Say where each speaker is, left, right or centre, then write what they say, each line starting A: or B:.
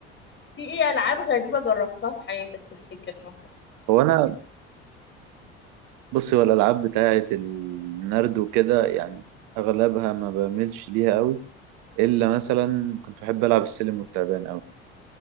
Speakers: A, on the left (about 35°); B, on the right (about 65°).
A: في ايه ألعاب غريبة جربتها في حياتك تفتكر مثلا؟
B: هو انا بصي هو الألعاب بتاعة النرد وكده يعني أغلبها ما بعملش ليها قوي إلا مثلا كنت بحب ألعب السلم والتعبان قوي